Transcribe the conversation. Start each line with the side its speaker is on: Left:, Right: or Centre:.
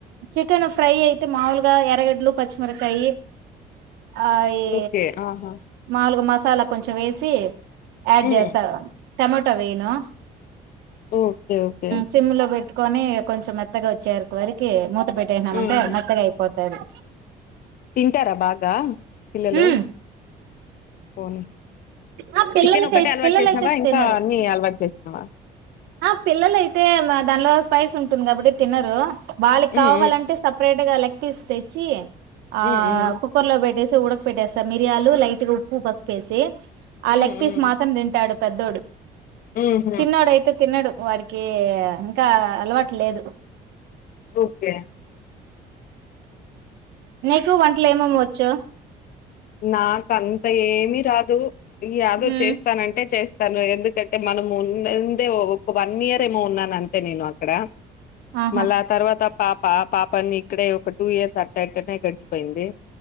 Right: చికెన్ ఫ్రై అయితే మాములుగా ఎరగడ్లు పచ్చిమిరకాయి ఆ ఏ
Left: ఓకే ఆహా
Right: మాలుగు మాస మసాలా కొంచెం వేసి అడ్జసా
Left: ఉమ్
Right: టమోటో వెయ్యను
Left: ఓకే ఓకే
Right: సిములా బెట్ కొని కొంచెం త్తగా వచ్చారు వారికి మ మ పెట్టేసామంట
Left: ఉమ్
Right: మత్తగా అయిపోతంది సరే
Left: తింటారా బాగా పిల్లలు
Right: ఉమ్
Left: పోని
Right: ఆ పిల్లలకై
Left: చికెన్ ఒకటిే అలవాటు
Right: పిల్లలైతే
Left: చేసినవా ఇంకా
Right: తినరు
Left: అన్ని అలవాటు చేసినవా
Right: ఆ పిల్లల అయితే దానిలో స్పైస్ ఉంటుంది కాబట్టి తినరు వాళ్ళకి
Left: ఉమ్
Right: కావాలంటే సపరేట్ గా లె పిస్త తెచ్చ ఆ
Left: ఉమ్ ఉమ్
Right: కుక్కర్ లో పెట్టేసి ఉడక పెట్టేస్త సార్ మియాలు లైట్గా ఉప్పు పసుపేసి ఆ
Left: ఉమ్
Right: లెగ్
Left: ఉమ్ ఉమ్
Right: పసి మాత్రం తింటాడు పెద్దోడు
Left: ఉహూ
Right: చిన్నడు అయిత తిన్నాడు వాడికి ఇంకా అలవాటు లేదు
Left: ఓకే
Right: నీకు వంటలు ఏమమ్వ్వచ్చు
Left: నాకంత ఏ ఏమి రాదు దో
Right: ఉమ్
Left: చేస్తానంటే చేస్త తను ఎందుకంటే మనం ఉందే ఒక వన్ ఇయర్ ఏమో ఉన్నాన అంతే నేను అక్కడ
Right: ఆహా
Left: మళ తర్వాత పాప పాపాన్ని ఇక్కడే ఒక టూ ఇయర్స్ అట్ట అట్టనే గడిచిపోయింది